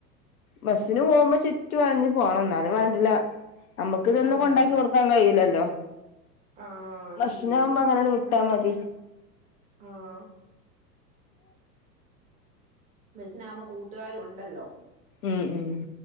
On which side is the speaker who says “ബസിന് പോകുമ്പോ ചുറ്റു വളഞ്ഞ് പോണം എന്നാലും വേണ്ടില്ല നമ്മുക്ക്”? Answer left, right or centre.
Left